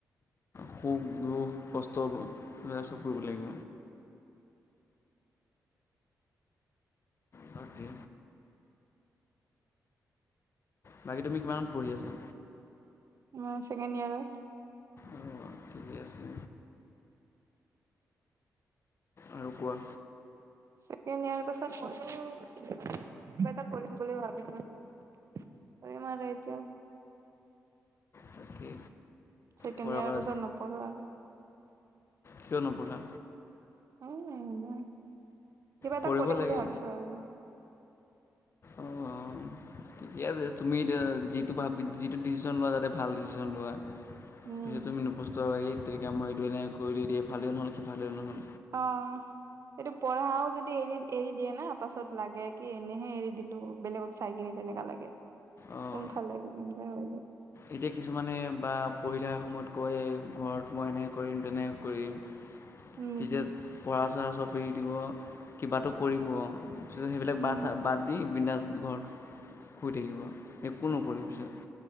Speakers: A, on the left (about 45°); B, on the right (about 55°).
A: সুখ দুখ কষ্ট এইবিলাক চব কৰিব লাগিব। বাকী বাকী তুমি কিমানত পঢ়ি আছা?
B: উম চেকেণ্ড ইয়াৰত
A: অ ঠিকে আছে। আৰু কোৱা
B: ছেকেণ্ডইয়াৰ পাছত মই কিব এটা কৰিম বুলি ভাবিছো। আৰু ইমান ৰাতি
A: তাকে
B: ছেকেণ্ড
A: পঢ়া
B: ইয়াৰ
A: কৰা
B: পিছত নপঢ়ো আৰু
A: কিয় নপঢ়া
B: উম কিবা এটা
A: পঢ়িব
B: কৰিম
A: লাগে
B: বুলি ভাবিছো আৰু।
A: অঁ ঠিকে আছে তুমি যিটো ভাব যিটো ডিচিশ্যন লোৱা যাতে ভাল ডিচিশন লোৱা।
B: উম,
A: যদি তুমি নপষ্টোৱা এই তেৰিকা মই এইটো এনেই কৰিলে দিয়ে ভালেও নহ'ল সি ভালেও নহ'ল।
B: অ এইটো পঢ়াও যদি এৰি এৰি দিয়ে না পাছত লাগে কি এনেহে এৰি দিলো বেলেগক চাই কিনি। তেনেকা লাগে
A: অঁ
B: কোনফাল লাগিব এনো হয় লাগে।
A: এতিয়া কিছুমানে বা পঢ়ি থকা সময়ত কৈ ঘৰত মই এনেক কৰিম তেনেক কৰিম।
B: উম
A: তেতিয়া পঢ়া চহা চব এৰি দিব কিবাটো কৰিব। তাৰ পিছত সেইবিলাক
B: um
A: but so but the বিন্দাছ ঘৰত শুই থাকিব। একো নকৰি পিছত